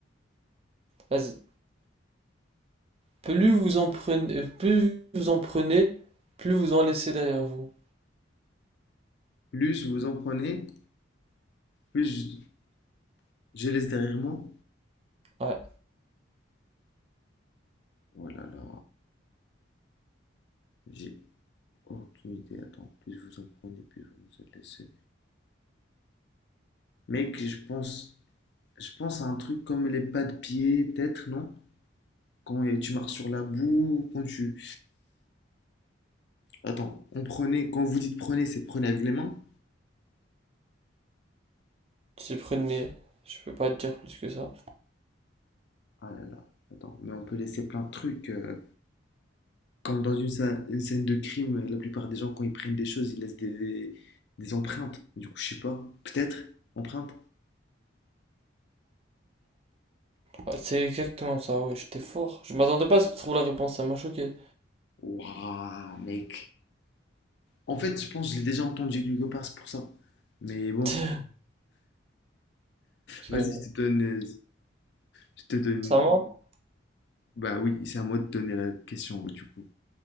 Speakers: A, on the right; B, on the left.
A: Vas-y. Plus vous en prenez, euh, plus vous en prenez, plus vous en laissez derrière vous.
B: Plus vous en prenez, plus je laisse derrière moi.
A: Ouais,
B: Oh là là, j'ai aucune idée. Attends, plus vous en prenez, plus vous vous êtes laissé. Mec, je pense, je pense à un truc comme les pas de pied, peut-être, non? Quand euh, tu marches sur la boue, quand tu... Attends, on prenait, quand vous dites prenez, c'est prenez avec les mains?
A: si prenez, je peux pas te dire plus que ça.
B: Ah là là, attends, mais on peut laisser plein de trucs. euh, Comme dans une scène, une scène de crime, la plupart des gens, quand ils prennent des choses, ils laissent des, des- des empreintes. Du coup, je sais pas. Peut-être, empreintes.
A: Ouais, c'est exactement ça, ouais, j'étais fort. Je m'attendais pas à ce que tu trouves la réponse, ça m'a choqué.
B: Waouh, mec. En fait, je pense que je l'ai déjà entendu quelque part, c'est pour ça. Mais bon,
A: <laughs> Ok,
B: vas-y,
A: ouais.
B: je te donne. euh, Je te donne.
A: Ça ment?
B: Bah oui, c'est à moi de donner la question, du coup.